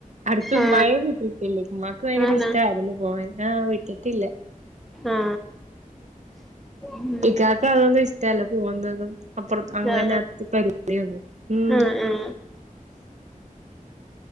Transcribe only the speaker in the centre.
ആ
ആന്നാ
ആ ഉം
ആ
ആ ആ